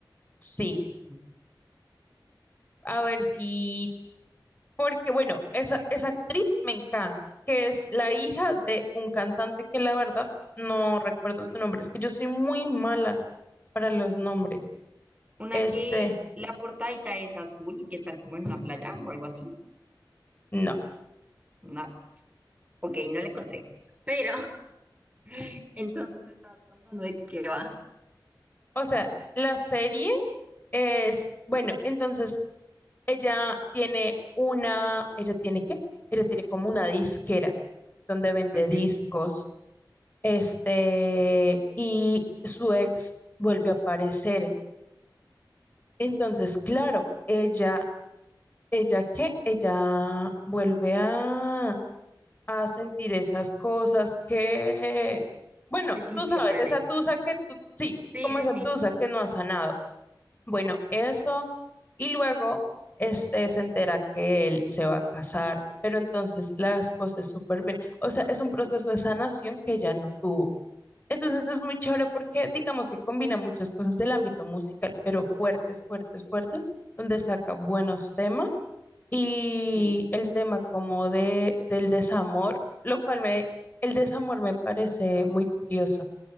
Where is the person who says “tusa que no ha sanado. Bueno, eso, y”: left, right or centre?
Left